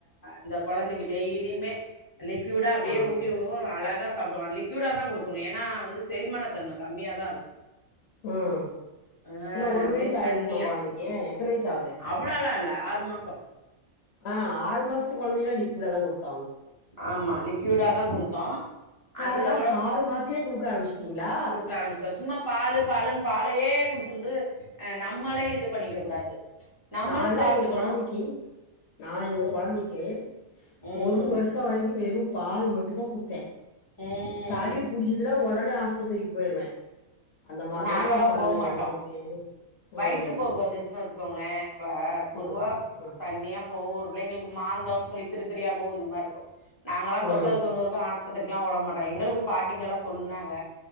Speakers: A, on the left; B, on the left.
A: இந்த குழந்தைக்கு டெய்லியுமே லிக்யூடா அப்டியே
B: ம்
A: ஊட்டி உடுவோ அழகா சாப்டுவா லிக்யூடா தா கொடுக்கணு ஏன்னா வந்து செரிமானத்தன்ம கம்மியா தா இருக்கு
B: ம்
A: ஆ
B: என்ன ஒரு
A: அப்டியே
B: வயசு ஆயிருக்குமா
A: தண்ணியா
B: கொழந்தைக்கு எத்தன வயசு ஆகுது
A: அவ்ளாள இல்ல ஆறு மாசோ
B: ஆ ஆறு மாசத்துக்கு கொழந்தைங்கலா லிக்யூடா தா கொடுக்
A: ஆமா லிக்யூடாதா குடுத்தோ
B: பார்றா
A: அது அப்றோ
B: ஆறு மாசத்துலயே குடுக்க ஆரம்பிச்சிட்டீங்களா
A: குடுக்க ஆரம்பிச்சிட்டோ சும்மா பாலு பாலு ன் பாலையே குடுத்துட்டு குட்டு ஆ நம்மலே இது பண்ணிக்க கூடாது நம்மளு
B: நான்லா
A: சாப்ட்டுக்கணு
B: எங்க கொழந்தைக்கி நா எங்க
A: ம்
B: கொழந்தைக்கு
A: ம்
B: ஒரு வருஷ் ஷ வரைக்கு வெறு பால் மட்டு தா குடுத்தே
A: ம்
B: சலி புடிச்சுதுன்னா உடனே ஆஸ் பத்திரிக்கு தூக்கி போயிருவே அந்த மாரிலா
A: நாங்கல்லா
B: நா பண்ணேங்க
A: போமாட்டோ
B: எனக்கு
A: வயிற்று
B: ம்
A: போக்கு வந்துச்சுன்னு வச்சுக்கோ லே இப்ப பொதுவா
B: ம் ம்
A: தண்ணியா போவு ஒரு பிள்ளைங்களுக்கு மாந்தோம்னு சொல்லி திருத்திரியா போவு இந்த மாரி இருக்கு நாங்கல்லா
B: ம்
A: தொட்டது தொண்ணூறுக்கு ஆஸ் பித்திறிக்குலா ஓடமாட்டோ எங்களுக்கு பாட்டீங்கல்லா சொன்னாங்க